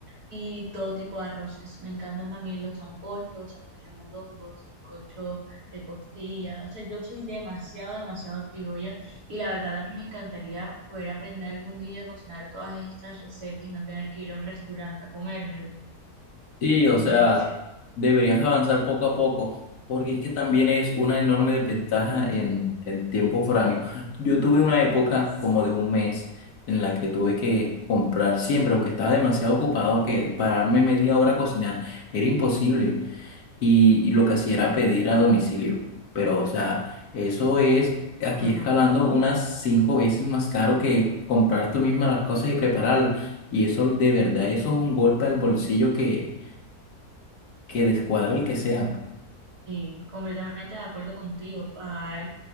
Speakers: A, on the right (about 75°); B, on the left (about 75°).
A: y todo tipo de arroces. Me encantan también los sancochos, sancocho de mondongo, sancocho de costilla. O sea, yo soy demasiado, demasiado criolla, y la verdad a mí me encantaría poder aprender algún día a cocinar todas estas recetas y no tener que ir a un restaurante a comérmelo.
B: Sí, o
A: ¿Tú
B: sea,
A: qué dices?
B: deberías avanzar poco a poco, porque es que también es una enorme desventaja en el tiempo foráneo. Yo tuve una época como de un mes en la que tuve que comprar siempre, porque estaba demasiado ocupado que pararme media hora a cocinar era imposible. y, y lo que hacía era pedir a domicilio. Pero, o sea, eso es aquí
A: Ajá,
B: escalando unas cinco veces más caro que comprar tú misma las cosas y prepararlas. Y eso, de verdad, eso es un golpe al bolsillo que, que descuadra el que sea.
A: sí, completamente de acuerdo contigo. Ah,